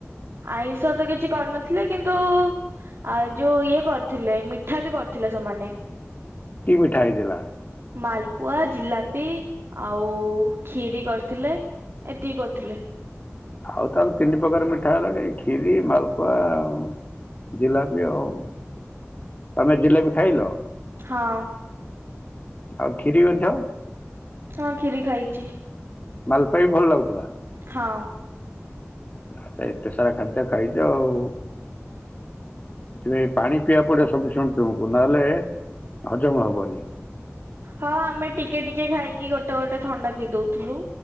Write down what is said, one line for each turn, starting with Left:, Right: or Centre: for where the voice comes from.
Right: ଆଇଁଷ ତ କିଛି କରିନଥିଲେ କିନ୍ତୁ ଆଉ ଯୋଉ ଇଏ କରିଥିଲେ ମିଠା ବି କରିଥିଲେ ସେମାନେ।
Left: କି ମିଠା ହେଇଥିଲା?
Right: ମାଲପୁଆ ଜିଲାପି ଆଉ ଖିରି କରିଥିଲେ। ଏତିକି କରିଥିଲେ।
Left: ଆଉ ତାହେଲେ ତିନି ପ୍ରକାର ମିଠା ହେଲାଣି କ୍ଷୀରି ମାଲପୁଆ ଆଉ। ଜିଲାପି ଆଉ ତମେ ଜିଲାପି ଖାଇଲ?
Right: ହଁ
Left: ଆଉ କ୍ଷୀରି ମଧ୍ୟ
Right: ହଁ ଖୀରି ଖାଇଛି
Left: ମାଲପୁଆ ବି ଭଲ ଲାଗୁଥିଲା
Right: ହଁ
Left: ଆଚ୍ଛା ଏତେ ସାରା ଖାଦ୍ୟ ଖାଇଛ ଆଉ ସେଥିପାଇଁ ପାଣି ପିଇବା ପଡିବ ସଫିଶିଏଣ୍ଟ ତୁମକୁ ନହେଲେ ହଜମ ହବନି
Right: ହଁ ଆମେ ଟିକେ ଟିକେ ଖାଇକି ଗୋଟେ ଗୋଟେ ଥଣ୍ଡା ପିଇ ଦଉଥିଲୁ